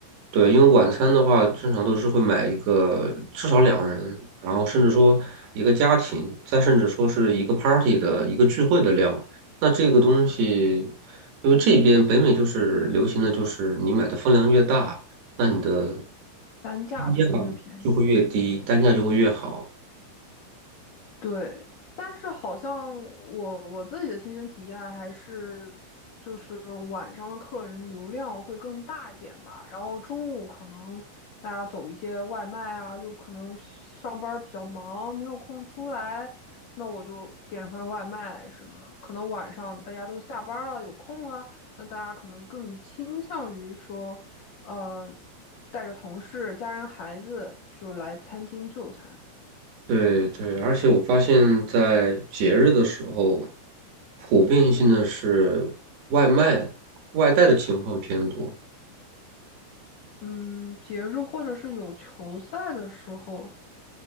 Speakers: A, on the right; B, on the left.
A: 对，因为晚餐的话，正常都是会买一个至少两人，然后甚至说一个家庭，再甚至说是一个 party 的一个聚会的量。那这个东西，因为这边北美就是流行的就是你买的分量越大，那你的单
B: 单价就会越便宜。
A: 价就会越低，单价就会越好。
B: 对，但是好像我我自己的亲身体验还是，就是晚上的客人流量会更大一点吧。然后中午可能大家走一些外卖啊，就可能上班儿比较忙，没有空出来，那我就点份外卖什么。可能晚上大家都下班儿了，有空了，那大家可能更倾向于说，呃，带着同事、家人、孩子，就来餐厅就餐。
A: 对对，而且我发现，在节日的时候，普遍性的是外卖、外带的情况偏多。
B: 嗯，节日或者是有球赛的时候，